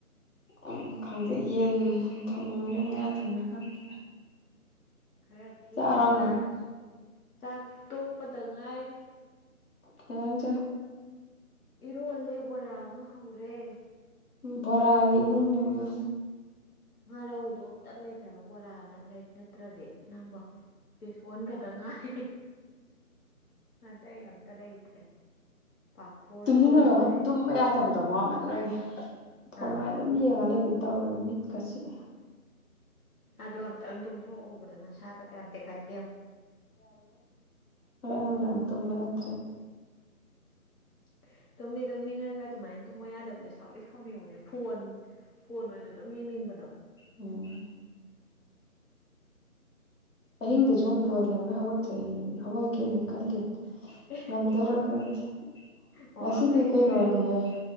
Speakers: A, on the left (about 60°); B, on the left (about 75°).
A: ꯎꯝ ꯈꯪꯗꯦ ꯌꯦꯟ ꯊꯣꯡꯅꯤꯡꯔꯥ ꯉꯥ ꯊꯣꯡꯉꯤꯔ ꯈꯪꯗꯦ
B: ꯈꯔ ꯊꯦꯡꯅ
A: ꯆꯥꯔꯕ
B: ꯆꯥꯔꯁꯨ
A: ꯅꯪ
B: ꯆꯥꯛ ꯇꯣꯛꯄꯗ ꯉꯥꯏꯔꯦ
A: ꯀꯩ ꯏꯟꯖꯥꯡ ꯆꯥꯔꯥ
B: ꯏꯔꯣꯂꯦ ꯕꯣꯔꯥ ꯑꯃ ꯍꯧꯔꯦ
A: ꯕꯣꯔꯒꯤ ꯏꯃꯨꯡꯅꯤꯅꯦ
B: ꯉꯥ ꯔꯧꯗꯣ ꯑꯝꯇ ꯂꯩꯇ꯭ꯔꯕ ꯕꯣꯔꯥꯅ ꯅꯠꯇ꯭ꯔꯗꯤ ꯅꯪꯕꯣ ꯕꯦꯁꯣꯟ ꯈꯛꯇ ꯉꯥꯏ ꯑꯇꯩ ꯑꯝꯇ ꯂꯩꯇ꯭ꯔꯦ ꯄꯥꯐꯣꯔꯁꯨ
A: ꯇꯨꯝꯅꯤꯡꯉꯒ
B: ꯂꯣꯏꯈ꯭ꯔꯦ
A: ꯑꯃ ꯇꯨꯝꯕ ꯌꯥꯗꯕꯗꯣ ꯍꯥꯃꯟꯕꯒꯤ ꯐꯣꯟ
B: ꯑꯥ
A: ꯑꯣꯏꯅ ꯑꯗꯨꯝ ꯌꯦꯡꯉꯒ ꯂꯩꯕ ꯇꯧꯔ ꯃꯤꯠꯀ ꯆꯤꯛꯑꯦ
B: ꯍꯣꯏ ꯑꯗꯣ ꯑꯝꯇꯪ ꯇꯨꯝꯊꯣꯛꯎꯕꯗ ꯅꯁꯥꯗ ꯀꯌꯥꯝ ꯇꯦꯛꯈꯠꯀꯦ ꯌꯦꯡꯉꯣ
A: ꯉꯔꯥꯡ ꯅꯨꯡꯗꯥꯡ ꯇꯨꯝꯕ ꯅꯠꯇꯔꯗꯤ
B: <inaudible> ꯇꯨꯝꯗꯤ ꯇꯨꯝꯅꯤꯡꯉꯒꯥ ꯑꯗꯨꯃꯥꯏꯅ ꯇꯨꯝꯃ ꯌꯥꯗꯕꯤꯗꯣ ꯁꯥꯎꯗꯤ ꯁꯥꯎꯅꯤꯡꯕꯅꯦ ꯐꯣꯟ ꯐꯣꯟ ꯑꯣꯏꯅ ꯑꯗꯨꯝ ꯌꯦꯡꯅꯤꯡꯕꯗꯣ
A: ꯎꯝ ꯑꯍꯤꯡꯗꯁꯨ ꯑꯃꯨꯛ ꯕꯣꯜ ꯌꯦꯡꯕꯩ ꯍꯧꯒꯠꯇꯣꯏꯅꯦ ꯍꯧꯒꯠꯀꯦꯅ ꯈꯜꯂꯤ
B: ꯑꯦ
A: ꯉꯝꯗꯨꯏꯔ
B: ꯑꯣ
A: ꯈꯪꯗꯦ
B: ꯑꯣ
A: ꯉꯁꯤꯗꯤ
B: ꯑꯩꯈꯣꯏ
A: ꯀꯩꯅꯣꯅꯤꯍꯦ
B: ꯃꯤ ꯑꯃꯖꯨ